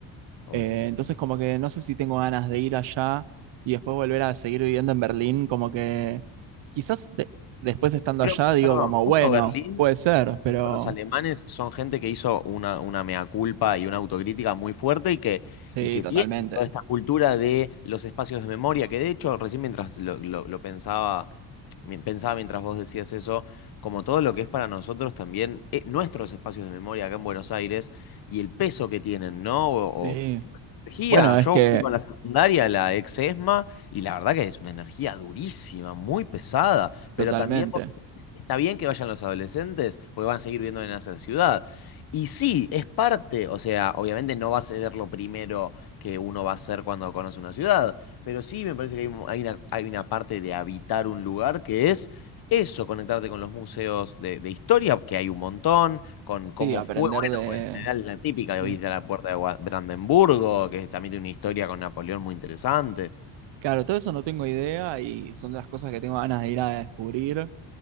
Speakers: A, on the left (about 55°); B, on the right (about 75°).
A: obvio.
B: Eh, entonces como que no sé si tengo ganas de ir allá y después volver a seguir viviendo en Berlín, como que quizás de- después estando
A: Pero,
B: allá digo
A: perdón,
B: como,
A: justo
B: bueno,
A: Berlín,
B: puede ser, pero
A: justo los alemanes son gente que hizo una, una mea culpa y una autocrítica muy fuerte y que,
B: sí,
A: y que
B: totalmente.
A: tienen toda esta cultura de los espacios de memoria, que de hecho, recién mientras lo, lo- lo pensaba, mi- pensaba mientras vos decías eso, como todo lo que es para nosotros también, eh, nuestros espacios de memoria acá en Buenos Aires y el peso que tienen, ¿no? O,
B: Sí.
A: o energía.
B: Bueno,
A: Yo
B: es que
A: fui con la secundaria, la ex ESMA, y la verdad que es una energía durísima, muy pesada. Pero
B: totalmente.
A: también vos decís, está bien que vayan los adolescentes, porque van a seguir viviendo en esa ciudad. Y sí, es parte, o sea, obviamente no va a ser lo primero que uno va a hacer cuando conoce una ciudad, pero sí me parece que hay, un- hay una, hay una parte de habitar un lugar que es eso, conectarte con los museos de, de historia, que hay un montón, con
B: Sí,
A: cómo
B: aprender
A: fue
B: de...
A: general, la típica de
B: Mm.
A: Villa La Puerta de Gua- Brandenburgo, que también tiene una historia con Napoleón muy interesante.
B: Claro, todo eso no tengo idea y son de las cosas que tengo ganas de ir a descubrir.